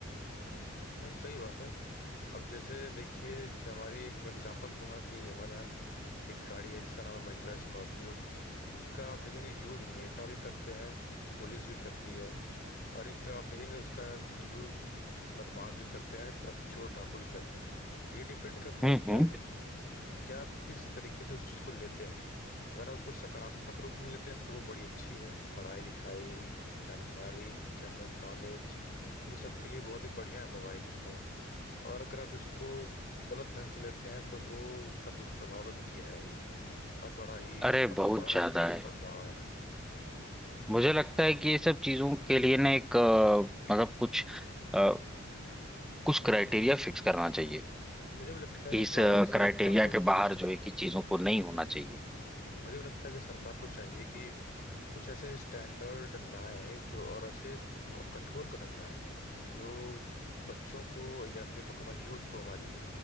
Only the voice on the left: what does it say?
हम्म, नहीं सही बात है अब जैसे देखिए जैसे हमारी एक मैं एग्जांपल दूंगा कि हमारे यहाँ एक गाड़ी है जिसका नाम है महिंद्रा स्कॉर्पियो उसका आप देखेंगे यूज नेता भी करते हैं पुलिस भी करती है और एक तरफ आप देखेंगे उसका यूज बदमाश भी करते हैं और चोर डाकू भी करते हैं तो ये डिपेंड करता
है कि
आप क्या किस तरीके से उस चीज को लेते हैं अगर आप उसको सकारात्मक रूप में लेते हैं तो वो बड़ी अच्छी है पढ़ाई लिखाई जानकारी जनरल नॉलेज इन सब के लिए बहुत ही बढ़िया है मोबाइल फोन और अगर आप इसको गलत ढंग से लेते हैं तो वो उसका दुष्प्रभाव तो देखिए है ही और बड़ा ही
असरदार
दुष्प्रभाव
है
मुझे भी लगता है
कि
गौ- सरकार
को
मुझे भी लगता है कि सरकार को चाहिए कि कुछ ऐसे स्टैंडर्ड लाए जो और ऐसे कठोर कदम लाए जो बच्चों को या फिर मैं कहूँगा यूथ को हमारी